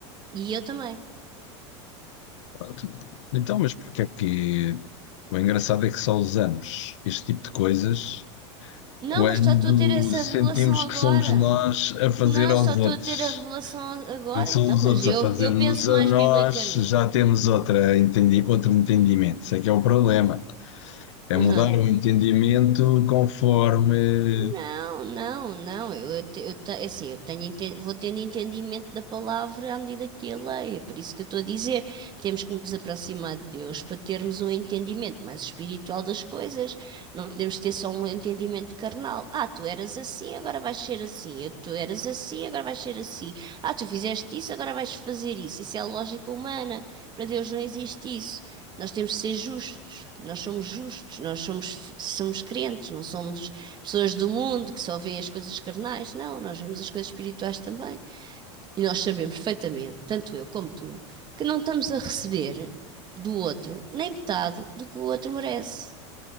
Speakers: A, on the right; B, on the left.
A: E eu também.
B: pronto. Então, mas porque é que... O engraçado é que só usamos este tipo de coisas
A: Não,
B: quando
A: mas só estou a ter essa
B: sentimos
A: revelação agora.
B: que somos nós a fazer
A: Não,
B: aos
A: só estou
B: outros.
A: a ter a revelação agora,
B: Quando são
A: então,
B: os
A: mas
B: outros
A: eu,
B: a fazer-nos
A: eu penso
B: a
A: mais
B: nós,
A: biblicamente.
B: já temos outra entendi- outro entendimento. Isso é que é o problema. É
A: Uhum.
B: mudar o entendimento conforme
A: Não, não, não. Eu, eu, te- eu, te- é assim, eu tenho, ente- vou tendo entendimento da palavra à medida que a leio. É Por isso que eu estou a dizer, temos que nos aproximar de Deus para termos um entendimento mais espiritual das coisas. Não podemos ter só um entendimento carnal. Ah, tu eras assim, agora vais ser assim. Sim, eu- tu eras assim, agora vais ser assim. Ah, tu fizeste isso, agora vais fazer isso. Isso é a lógica humana. Para Deus não existe isso. Nós temos que ser justos. Nós somos justos, nós somos, f- somos crentes, não somos pessoas do mundo que só veem as coisas carnais. Não, nós vemos as coisas espirituais também. E nós sabemos perfeitamente, tanto eu como tu, que não estamos a receber do outro nem metade do que o outro merece.